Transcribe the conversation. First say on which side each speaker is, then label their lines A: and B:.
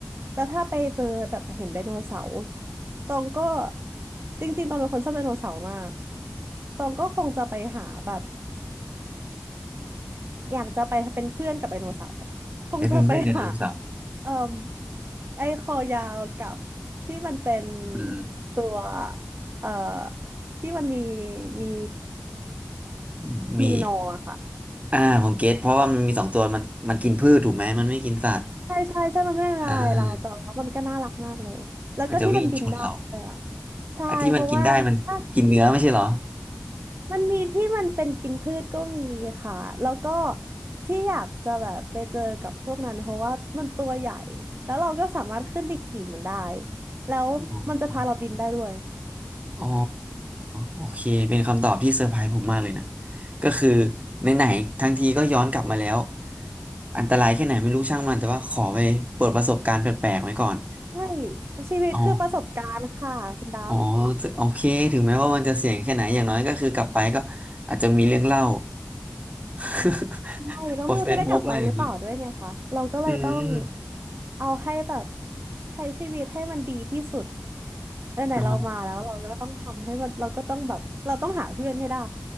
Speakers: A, on the right; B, on the right.
A: แล้วถ้าไปเจอแบบเห็นไดโนเสาร์ตองก็จริงๆตองเป็นคนชอบไดโนเสาร์มากตองก็คงจะไปหาแบบอยากจะไปเป็นเพื่อนกับไดโนเสาร์คงจะไปหา
B: จะเป็นไม่เนไดโนเสาร์
A: เอ่อไอ้คอยาวกับที่มันเป็น
B: เออ
A: ตัวเอ่อที่มันมีมี
B: มี
A: มีนอค่ะ
B: อ่าผมเก็ตเพราะว่ามันมีสองตัวมันมันกินพืชถูกไหมมันไม่กินสัตว์
A: ใช่ใช่ใช่มันไม่เป็นอะไรเราแต่ว่ามันก็น่ารักมากเลยแล้วก็ที่มันบินได้เลยอ่ะ
B: อ่ามันจะวิ่งชนเรา
A: ใช่เพราะว่าถ้า
B: ไอ้ที่มันกินได้มันกินเนื้อไม่ใช่เหรอ
A: มันมีที่มันเป็นกินพืชก็มีค่ะแล้วก็ที่อยากจะแบบไปเจอกับพวกนั้นเพราะว่ามันตัวใหญ่แล้วเราก็สามารถขึ้นไปขี่มันได้แล้วมันจะพาเราบินได้ด้วย
B: อ๋ออ๋อโอเคเป็นคำตอบที่เซอร์ไพรส์ผมมากเลยนะก็คือไหนๆทั้งทีก็ย้อนกลับมาแล้วอันตรายแค่ไหนไม่รู้ช่างมันแต่ว่าขอไปเปิดประสบการณ์แปลกๆไว้ก่อน
A: ใช่ชีวิตคือประสบการณ์ค่ะคุณดำ
B: อ๋อ อ๋อถึงโอเคถึงแม้ว่ามันจะเสี่ยงแค่ไหนอย่างน้อยก็คือกลับไปก็อาจจะมีเรื่องเล่า <laughs>
A: ใช่เราไม่รู้จะได้กลับไปหรือเปล่าด้วยไงคะเราก็เลยต้อง
B: โพสเฟซบุ๊กอะไรอย่างนี้อืม
A: เอาให้แบบใช้ชีวิตให้มันดีที่สุด ไหนๆเรามาแล้วเราก็ต้องทำให้มันเราก็ต้องแบบเราต้องหาเพื่อนให้ได้
B: อ๋อ